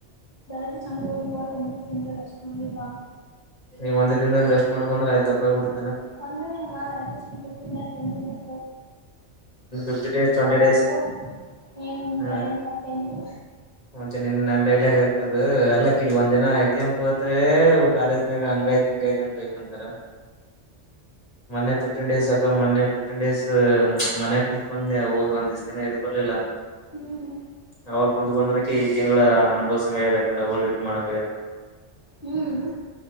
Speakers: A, on the right; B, on the left.
A: ಕ್ಕೆ ಚಂದ ಊ ಒಂದು ತಿ ರೆಸ್ಟ್ ನಿದ್ದ
B: ನೀವು ಒಂದ ದಿನಾಗ ರೆಸ್ಟ್ ಮಾಡಬಂದ್ರೆ ಐತಿ ದಪ್ಪ ಬಿಡ್ತತಿ
A: ಒಂದುಟ್ಟ್ ಫಿಫ್ಟನ್ ಡಸ್ ಟ್ವೆಟಿಡ
B: ಿಫ್ಟಿ ಡೇಸ್ ಟ್ವೆಂಟಿ ಡೇಸ್
A: ಆಯ್ತು ಏನ್ ನಿನ್
B: ಹಾ
A: ಕಡೆನ್ ತಪ್ಪೇನಿಲ್ಲ
B: ಮತ್ತೆ ನಿನ್ ಡೈಲಾಗ್ ದು ಎಲ್ಲ ಕಿಲ್ ಒಂದ್ ಜನ ಎಕ್ಸಾಮ್ ಕೋತ್ೆ ಕಾಲೇಜ್ನಾಗ ಹಂಗಯ್ತ ತೆಂಗೈದನ್ ಬೈಕ್ಂತಾರ ಮನೆ ಫ್ಟನ್ ಡೇಸ್ ಅಕ ಮೊನ್ನೆ ಿಫ್ಟನ್ ಡೇಸ್ ಮನೆಯ ಕುಂತ್ು ಬಂದ್ೆ ಹೋಗ್ ಒಂದ ದಿವ್ಸನ ಎದು್ ಬರ್ಲಿಲ್ಲ
A: ಹ್ಮ್
B: ಅವಾಗ ಕುಂದು ಬಂದದಕ್ಕೆ ಈ ತಿಂಗಳ ಅನುಸಂಗದ ಡಬಲ್ ಡೂಟಿ ಮಾಡಂಗ ಯ
A: ಹ್ಮ್